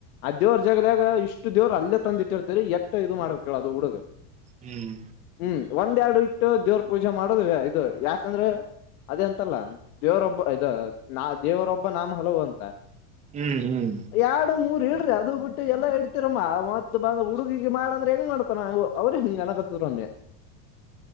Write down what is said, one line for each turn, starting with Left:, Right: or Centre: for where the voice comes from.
Left: ಆ ದೇವ್ರ ಜಾಗದೋಗ ಇಷ್ಟು ದೇವ್ರು ಅಲ್ಲೇ ತಂದ ಇಟ್ಟಿರ್ತರಿ ಎಟ್ಟ ಇದು ಮಾಡ್ಬೇಕ ಹೇಳ ಅದು ಹುಡುಗ
Right: ಹ್ಮ್
Left: ಹ್ಮ್ ಒಂದ್ ಎರಡು ಇಟ್ಟು ದೇವ್ರ ಪೂಜೆ, ಪೂಜೆ ಮಾಡದವೆ ಇದು ಯಾಕಂದ್ರೆ ಅದೇ ಅಂತರಲ್ಲಾ ದೇವರೊಬ್ಬ ಇದು ದೇವರೊಬ್ಬ ನಾಮ ಹಲವು ಅಂತ
Right: ಹ್ಮ್ ಹ್ಮ್
Left: ಎರಡು ಮೂರ್ ಇಡ್ರಿ ಅದು ಬಿಟ್ಟು ಮ ಎಲ್ಲಾ ಇಡ್ತರಮ್ಮ ಮತ್ ಬ ಹುಡುಗಿಗೆ ಮಾಡಂದ್ರೆ ಹೆಂಗ್ ಮಾಡ್ತಾನ ಅವ್ರ ಹಿಂಗ ಅನಕತ್ತಮಗೆ